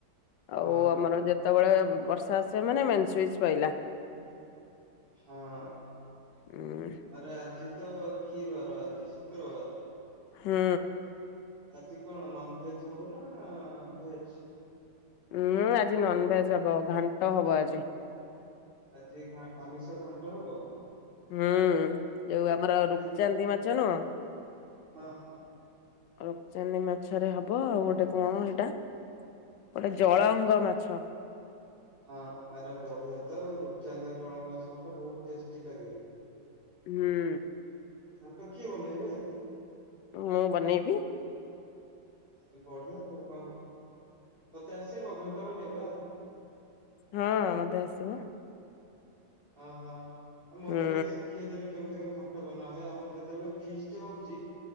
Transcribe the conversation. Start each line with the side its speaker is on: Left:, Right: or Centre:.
Right: ହଁ
Left: ଆଉ ଆମର ଯେ ଯେତେବେଳେ ବର୍ଷା ଆସିବ ମାନେ ମେନ୍ ସୁଇଚ୍ ପଇଲା।
Right: ହଁ।
Left: ହୁଁ।
Right: ଆରେ ଆଜିତ କିବାର ଆଜି ଶୁକ୍ରବାର
Left: ହୁଁ।
Right: ଆଜି କଣ ନନ୍ ଭେଜ୍ ହବନା ଭେଜ୍?
Left: ଉଁ ଆଜି ନନଭେଜ୍ ହବ ଘାଣ୍ଟ ହବ ଆଜି।
Right: ଆଜି ଘା ଆମିଷ ଖଣ୍ଟ ହବ?
Left: ହୁଁ ଯୋଉ ଆମର ରୁପଚାନ୍ତି
Right: କି
Left: ମାଛ ନୁହଁ
Right: ହଁ।
Left: ରୁପଚାନ୍ଦି ମାଛରେ ହବ ଆଉ ଗୋଟେ କଣ ହେଟା ଗୋଟେ ଜଳଙ୍ଗ ମାଛ
Right: ହଁ ଆରେ ବଢିଆତ ରୁପଚାନ୍ଦି ଆଉ ଜଳଙ୍ଗ ମାଛ ଘାଣ୍ଡ ବହୁତ୍ ଟେଷ୍ଟି ଲାଗେ।
Left: ହୁଁ।
Right: ଘାଣ୍ଟ କିଏ ବନେଇବେ?
Left: ମୁଁ ବନେଇବି।
Right: ଆରେ ବଢିଆ ଆଉ କଁ ତତେ ଆସିବ ଘଣ୍ଟା ବନେଇବା?
Left: ହଁ ମତେ ଆସିବ।
Right: ଅଁ ହଁ ଆଉ ମତେ
Left: ହୁଁ
Right: ଟିକେ ଶି ଖିଇ ଦେଲେ କେମିତି କଣ ଘାଣ୍ଟ ବନାହୁଏ ଆମର ଯେତେବେଳେ ଫିସ୍ଟି ହଉଚି